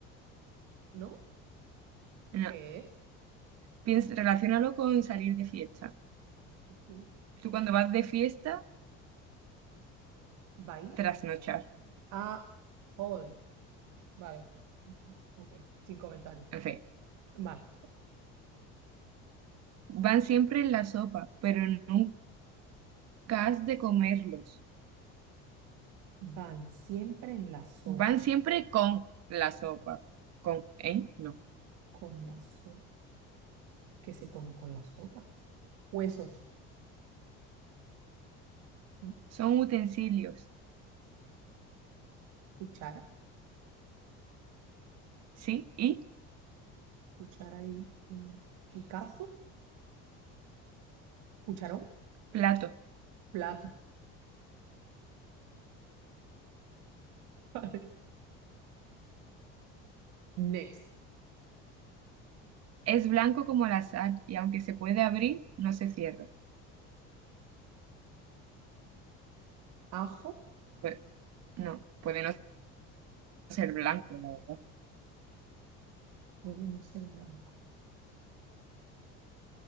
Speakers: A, on the right (about 75°); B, on the right (about 55°).
A: ¿no?
B: No.
A: ¿Qué es?
B: Piensa, relaciónalo con salir de fiesta.
A: Salir de fiesta.
B: Tú cuando vas de fiesta,
A: ¿Bailas?
B: trasnochar.
A: Ah, joder. Vale. Ok, sin comentarios.
B: En fin,
A: Vale.
B: van siempre en la sopa, pero nunca has de comerlos.
A: Van siempre en la sopa,
B: Van siempre con la sopa. Con, ¿eh? No.
A: con la sopa. ¿Qué se toma con la sopa? Huesos, ¿no?
B: Son utensilios,
A: cuchara.
B: ¿sí? Y
A: cuchara y, y, y cazo, cucharón,
B: platos.
A: plato. <laughs> Vale. Next.
B: Es blanco como la sal y aunque se puede abrir, no se cierra.
A: Ajo
B: Pues no, puede no ser blanco, la verdad.
A: puede no ser blanco.